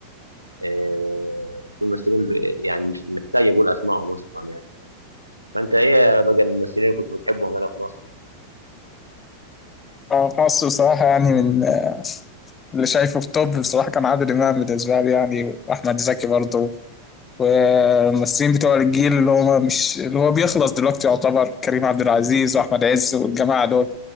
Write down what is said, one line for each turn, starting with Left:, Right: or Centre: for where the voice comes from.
Right: آه، في ممثلين ب- يعني مش محتاج أقول أسمائهم أصلا يعني فأنت إيه بقى الممثلين اللي كنت بتحبهم هنا في مصر؟
Left: اه في مصر بصراحة يعني من اللي شايفه في توب بصراحة كان عادل إمام بالنسبة لي يعني وأحمد زكي برضه والممثلين بتوع الجيل اللي هو مش اللي هو بيخلص دلوقتي يعتبر كريم عبد العزيز وأحمد عز والجماعة دول